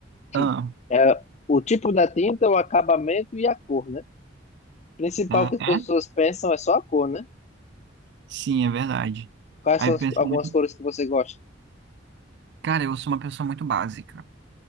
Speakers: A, on the left (about 40°); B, on the right (about 65°).
A: Que
B: Ah,
A: é o tipo da tinta, o acabamento e a cor, né? O principal
B: é?
A: que as pessoas
B: é?
A: pensam é só a cor, né?
B: Sim, é verdade.
A: Quais
B: Aí
A: são
B: eu
A: as-
B: penso
A: algumas
B: muito,
A: cores que você gosta?
B: cara, eu sou uma pessoa muito básica.